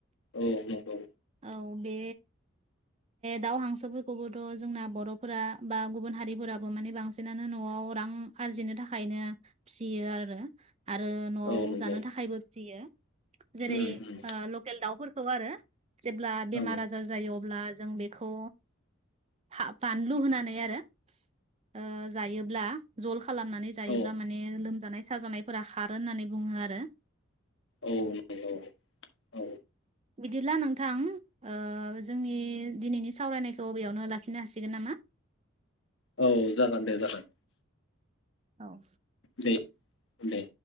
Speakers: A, on the left; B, on the right.
A: औ नंगौ।
B: औ बे दाउ हांसोफोरखौबोथ जोंना बरफोरा बा गुबुन हारिफोराबो माने बांसिनानो नआव रां आरजिनो थाखायनो फिसियो आरो। आरो नआव
A: औ नंगौ
B: जानो थाखायबो फिसियो। जेरै
A: उम उम
B: ओ लकेल दाउफोर खौ आरो जेब्ला बेमार
A: औ
B: आजार जायो अब्ला अब्ला जों बेखौ फा बानलु होनानै आरो ओ जायोब्ला जल खालामनानै जायोब्ला
A: औ
B: माने लोम जानाय साजानायफोरा खारो होननानै बुङो आरो।
A: औ नंगौ औ
B: बिदिब्ला नोंथां ओ जोंनि दिनैनि सावरायनायखौ बेेयावनो लाखिनो हासिगोन नामा?
A: औ जागोन दे जागोन।
B: औ
A: दे दे।